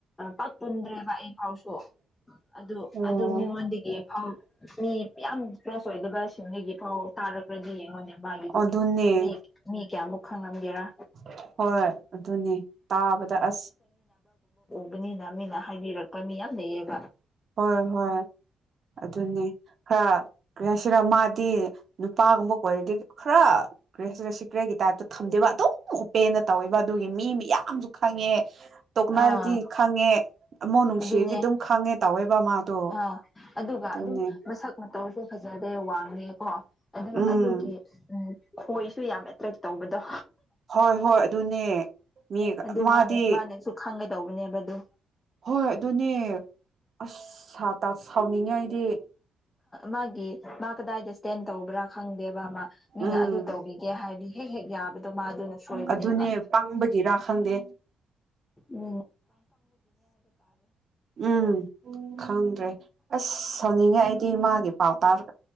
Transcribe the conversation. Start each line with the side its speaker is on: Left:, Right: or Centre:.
Left: ꯄꯥꯛ ꯄꯨꯟꯗ꯭ꯔꯦꯕ ꯑꯩ ꯐꯥꯎꯁꯨ ꯑꯗꯨ
Right: ꯑꯣ
Left: ꯑꯗꯨ ꯃꯤꯉꯣꯟꯗꯒꯤ ꯐꯥꯎ ꯃꯤ ꯌꯥꯝ ꯄ꯭ꯂꯁ ꯑꯣꯏꯗꯕꯁꯤꯡꯒꯤ ꯑꯧ ꯇꯥꯔꯛꯄ꯭ꯔꯗꯤ ꯌꯦꯡꯉꯣꯟꯗ ꯃꯥꯒꯤꯗꯨ
Right: ꯑꯗꯨꯅꯦ
Left: ꯃꯤ ꯃꯤ ꯀꯌꯥꯃꯨꯛ ꯈꯪꯂꯝꯒꯦꯔꯥ
Right: <inaudible> ꯍꯣꯏ ꯍꯣꯏ ꯑꯗꯨꯅꯦ ꯇꯥꯕꯗ ꯑꯁ
Left: ꯕꯅꯤꯅ ꯃꯤꯅ ꯍꯥꯏꯕꯤꯔꯛꯄ ꯃꯤ ꯌꯥꯝ ꯂꯩꯌꯦꯕ
Right: ꯍꯣꯏ ꯍꯣꯏ ꯑꯗꯨꯅꯤ ꯀꯁꯤꯔ ꯃꯥꯗꯤ ꯄꯄꯥꯒꯨꯝꯕ ꯀ꯭ꯋꯥꯂꯤꯇꯤ ꯈꯔ ꯀ꯭ꯔꯦ ꯁꯤ ꯁꯤ ꯀ꯭ꯔꯦꯒꯤ ꯇꯥꯏꯞꯇ ꯊꯝꯗꯦꯕ ꯑꯗꯨꯝ ꯎꯞꯄꯦꯟꯅ ꯇꯧꯋꯦꯕ ꯑꯗꯨꯒꯤ ꯃꯤ ꯌꯥꯝꯌꯥꯝꯁꯨ ꯈꯪꯉꯦ ꯇꯣꯛꯅꯥꯔꯗꯤ
Left: ꯑꯥ
Right: ꯈꯪꯉꯦ ꯑꯃꯣ ꯅꯨꯡꯁꯤꯔꯗꯤ
Left: ꯑꯗꯨꯅꯦ
Right: ꯑꯗꯨꯝ ꯈꯪꯉꯦ ꯃꯥꯗꯣ
Left: ꯑꯥ ꯑꯗꯨꯒ
Right: ꯑꯗꯨꯅꯦ
Left: ꯑꯗꯨꯝ ꯃꯁꯛ ꯃꯇꯧꯁꯨ ꯐꯖꯗꯦ ꯋꯥꯡꯉ ꯑ ꯀꯣ ꯑꯗꯨ
Right: ꯎꯝ
Left: ꯑꯗꯨꯒꯤ ꯎ ꯈꯣꯏꯁꯨ ꯌꯥꯝ ꯑꯦꯇ꯭ꯔꯦꯛ ꯇꯧꯕꯗꯣ
Right: ꯍꯣꯏ ꯍꯣꯏ ꯑꯗꯨꯅꯦ ꯃꯤ
Left: ꯑꯗꯨ
Right: ꯃꯥꯗꯤ
Left: ꯃꯥꯅꯁꯨ ꯃꯥꯅꯁꯨ ꯈꯪꯉꯩ ꯇꯧꯕꯅꯦꯕ ꯑꯗꯨ
Right: ꯍꯣꯏ ꯑꯗꯨꯅꯦ ꯑꯁ ꯇ ꯁꯥꯎꯅꯤꯡꯉꯥꯏꯗꯤ
Left: ꯃꯥꯒꯤ ꯃꯥꯀꯗꯥꯗꯤꯁ ꯦꯟ ꯇꯧꯕ꯭ꯔꯥ ꯈꯪꯗꯦꯕ ꯑꯃ ꯃꯤꯅ
Right: ꯎꯝ
Left: ꯑꯗꯨ ꯇꯧꯕꯤꯒꯦ ꯍꯥꯏꯔꯗꯤ ꯍꯦꯛ ꯍꯦꯛ ꯌꯥꯕꯗꯣ ꯃꯥꯗꯨꯅ ꯁꯣꯏꯕꯅꯦꯕ
Right: ꯑꯗꯨꯅꯦ ꯄꯪꯕꯒꯤꯔꯥ ꯈꯪꯗꯦ
Left: ꯎ
Right: ꯎꯝ ꯈꯪꯗ꯭ꯔꯦ ꯑꯁ ꯑ ꯁꯥꯎꯅꯤꯡꯉꯦ ꯑꯩꯗꯤ ꯃꯥꯒꯤ ꯄꯥꯎ ꯇꯥꯔ